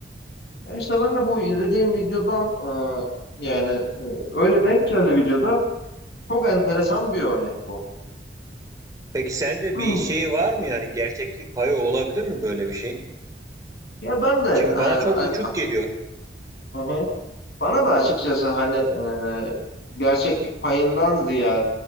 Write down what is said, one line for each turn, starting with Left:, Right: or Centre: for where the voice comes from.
Left: E İşte ben de bu izlediğim videodan e, yani e, öyle denk geldi videoda. Çok enteresan bir örnek bu.
Right: Peki sence
Left: Hı.
Right: bir şey var mı yani gerçeklik payı olabilir mi böyle bir şey?
Left: Ya ben de e,
Right: Çünkü bana çok
Left: hani-
Right: uçuk geliyor.
Left: Hı hı. Bana da açıkçası hani e, gerçeklik payından ziyade